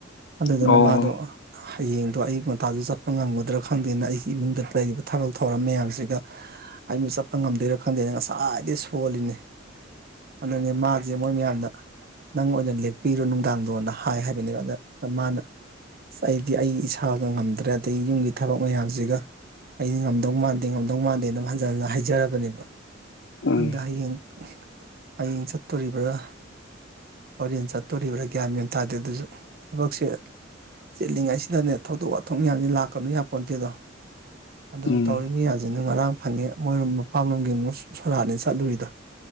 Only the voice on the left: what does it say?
ꯑꯣ
ꯎꯝ
ꯎꯝ